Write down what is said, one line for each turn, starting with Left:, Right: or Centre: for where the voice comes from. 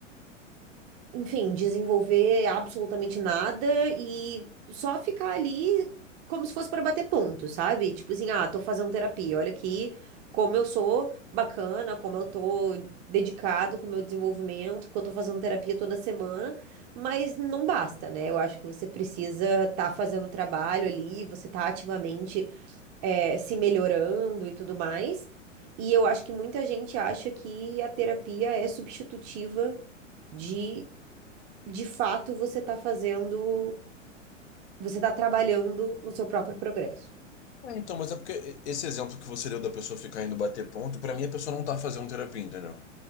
Right: enfim, desenvolver absolutamente nada e só ficar ali como se fosse para bater ponto, sabe? Tipo assim, ah, tô fazendo terapia, olha aqui como eu sou bacana, como eu tô dedicado com o meu desenvolvimento, porque eu tô fazendo terapia toda semana, mas não basta, né? Eu acho que você precisa estar fazendo o trabalho ali, você tá ativamente eh, se melhorando e tudo mais. E eu acho que muita gente acha que a terapia é substitutiva de de fato você está fazendo, você está trabalhando no seu próprio progresso.
Left: É, então, mas é porque esse exemplo que você deu da pessoa ficar indo bater ponto, pra mim a pessoa não tá fazendo terapia, entendeu?